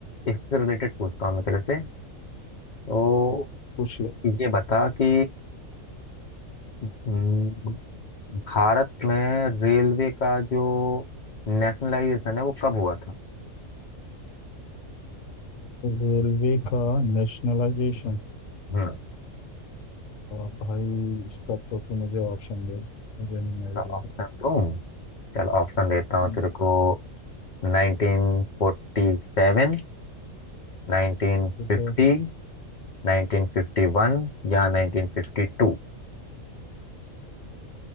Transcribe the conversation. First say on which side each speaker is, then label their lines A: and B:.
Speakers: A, on the left; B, on the left.
A: इससे रिलेटेड पूछता हूँ मैं तेरे से तो
B: पूछ
A: ये बता कि हम्म, भारत में रेलवे का जो नेशनलाइजेशन है वो कब हुआ था
B: रेलवे का नेशनलाइजेशन
A: हम्म,
B: भाई इसका तो तू मुझे ऑप्शन दे मुझे नहीं आइडिया
A: ऑप्शन दूं चल ऑप्शन देता हूँ
B: हम्म,
A: तेरे को 1947 1950
B: तो, तो
A: 1951 या 1952